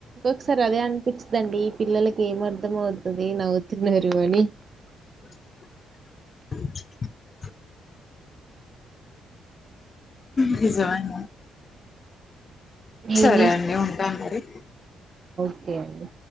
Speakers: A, on the right (about 45°); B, on the left (about 35°).
A: ఒక్కసారి అదే అనిపించి దండి ఈ పిల్లలకి ఏం అర్థం అవుతుంది నవ్వుతున్నారు అని
B: చు తీజవ <unintelligible> సరే
A: ఏం
B: అండి ఉంటా మరి
A: ఏ అండి